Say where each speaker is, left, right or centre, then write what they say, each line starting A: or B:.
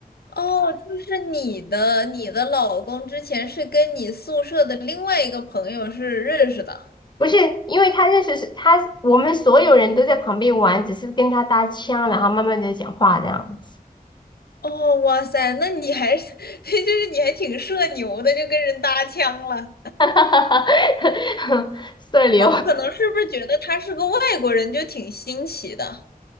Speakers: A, on the left; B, on the left.
A: 哦，就是你的你的老公之前是跟你宿舍的另外一个朋友是认识的。
B: 不是，因为他认识是他，我们所有人都在旁边玩，只是跟他搭腔，然后慢慢的讲话这样子，
A: 哦，哇塞，那你还是，<laughs> 就是你还挺社牛的，就跟人搭腔了。
B: <laughs> 社牛，
A: 我可能是不是觉得他是个外国人，就挺新奇的。